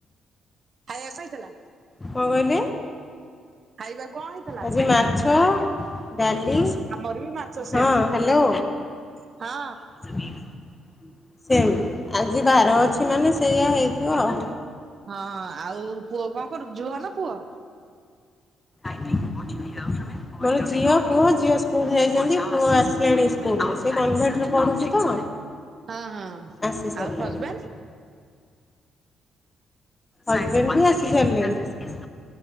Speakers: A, on the right; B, on the left.
A: ଖାଇବା କଣ ହେଇଥିଲା?
B: କଣ କହିଲେ?
A: ଖାଇବାକୁ କଣ ହେଇଥିଲା?
B: ଆଜି ମାଛ, ଡାଲି
A: ଆମର ବି ମାଛ ସେମ
B: ହଁ ହ୍ୟାଲୋ।
A: ହଁ।
B: <unintelligible> ସେମ ଆଜି ବାର ଅଛି ମାନେ ସେଇଆ ହେଇଥିବ ଆଉ।
A: ହଁ ଆଉ ପୁଅ କଣ କରୁଛି? ଝୁଅ ନା ପୁଅ?
B: <unintelligible> ମୋର ଝିଅ, ପୁଅ, ଝିଅ ସ୍କୁଲ ଯାଇଛନ୍ତି ପୁଅ ଆସିଲାଣି ସ୍କୁଲରୁ ସେ କନଭେଣ୍ଟରେ ପଢୁଛି ତ
A: ହଁ ହଁ।
B: ଆସିସାରିଲାଣି।
A: ଆଉ ହଜବେଣ୍ଡ
B: ହଜବେଣ୍ଡ ଭି ଆସିସାରିଲେଣି।